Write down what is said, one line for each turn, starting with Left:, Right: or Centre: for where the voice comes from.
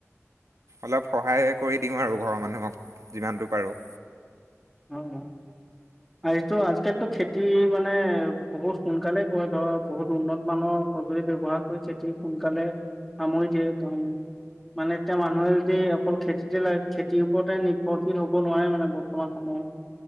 Right: অলপ সহায় কৰি দিওঁ আৰু ঘৰৰ মানুহক যিমানটো পাৰোঁ।
Centre: হয় অ এইটো আজিকালিতো খেতি মানে বহুত সোনকালে কয় ধৰ বহুত উন্নত মানৰ সঁজুলি ব্যৱহাৰ কৰি খেতি সোনকালে সামৰি দিয়ে কাৰণ মানে এতিয়া মানুহে যদি অকল খেতিতে ল খেতিৰ ওপৰতে নিৰ্ভৰশীল হ'ব নোৱাৰে মানে বৰ্তমান সময়ত